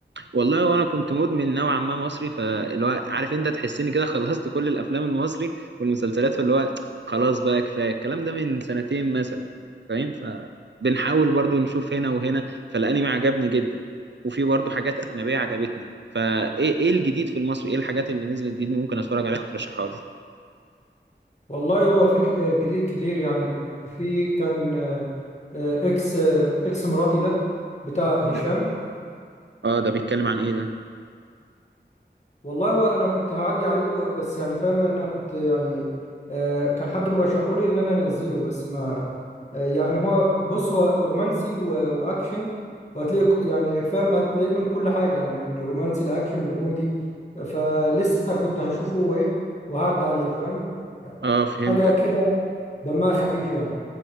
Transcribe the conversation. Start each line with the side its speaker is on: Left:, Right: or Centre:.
Right: والله وانا كنت مدمن نوعا ما مصري فاللي هو عارف انت تحسني كده <laughs> خلصت كل الافلام المصري والمسلسلات فاللي هو خلاص بقى كفايه الكلام ده من سنتين مثلا فاهم فبنحاول برضو نشوف هنا وهنا فالانمي عجبني جدا وفي برضو حاجات اجنبيه عجبتني فايه ايه إيه الجديد في المصري ايه الحاجات اللي نزلت جديد ممكن اتفرج عليها وترشحها لي
Left: والله هو في ج- آه، جديد كتير يعني في كان آه، آه، اكس آه، اكس مراتي ده بتاع هشام
Right: ده اه ده بيتكلم عن ايه ده
Left: والله وانا كنت هعدي عليه بس يعني فاهم انا كنت يعني آه، كان حد مرشحه لي ان انا انزله بس ما آه، يعني هو بص هو رومانسي و- واكشن وهتلاقي ك- يعني فاهم هتلاقيه من كل حاجه يعني من رومانسي لاكشن لكوميدي فلسه كنت هشوفه وايه وهعدي عليه فاهم يعني
Right: اه فهمتك
Left: حاجه كده دمها خفيف يعني